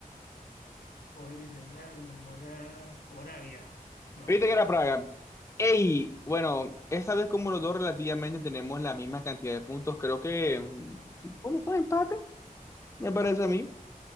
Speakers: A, on the left (about 80°); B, on the left (about 20°).
A: Bohemia Central, Mora- Moravia. No,
B: Viste
A: Praga.
B: que era Praga. Ey, bueno, esta vez como los dos relativamente tenemos la misma cantidad de puntos, creo que... mm, ¿Cómo fue el empate? me parece a mí.